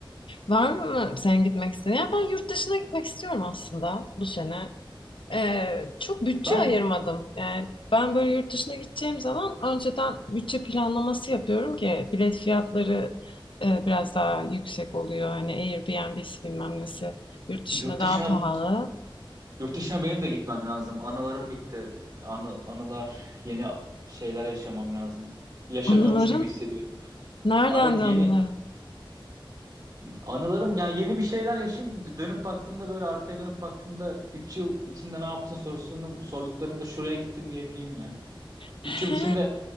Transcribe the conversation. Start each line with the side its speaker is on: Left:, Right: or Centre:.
Left: Var mı sen gitmek istediğin? Ya ben yurt dışına gitmek istiyorum aslında bu sene. E, çok bütçe
Right: Ben
Left: ayırmadım. Yani ben böyle yurt dışına gideceğim zaman önceden bütçe planlaması yapıyorum ki bilet fiyatları e, biraz daha yüksek oluyor. Hani Airbnb'si bilmem nesi yurt dışında
Right: yurt
Left: daha
Right: dışına
Left: pahalı.
Right: Yurt dışına benim de gitmem lazım. Anılarım bitti. Anı, anılar, yeni şeyler yaşamam lazım. Yaşamıyormuş
Left: Anılarım?
Right: gibi hissediyorum.
Left: Nereden
Right: Evet
Left: de
Right: yeni
Left: anılarım?
Right: anılarım yani yeni bir şeyler yaşayayım ki dönüp baktığımda böyle arkaya dönüp baktığımda 3 yıl içinde ne yaptın sorusunu sorduklarında şuraya gittim diyebileyim ya.
Left: He,
Right: 3 yıl içinde